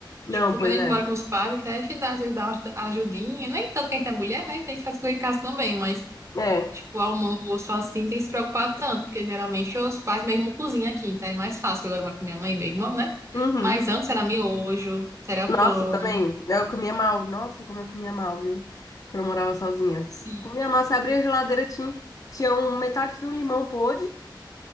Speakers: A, on the left (about 45°); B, on the right (about 35°).
A: Não,
B: Tipo,
A: pois
B: quando a gente
A: é.
B: mora com os pais, até a gente dá, às vezes dá uma ajudinha, nem tanto quem tem mulher, né? Tem que fazer coisa em casa também, mas
A: É.
B: Tipo, almoço assim, tem que se preocupar tanto, porque geralmente os pais mesmo cozinham aqui, tá é mais fácil, que agora eu moro com minha mãe e meu irmão, né?
A: Uhum.
B: Mas antes era miojo, era
A: Nossa,
B: pão,
A: também. Eu comia mal. Nossa, como eu comia mal, viu? Quando eu morava sozinha.
B: sim.
A: Comia mal, você abria a geladeira, tinha, tinha um, metade de um limão podre,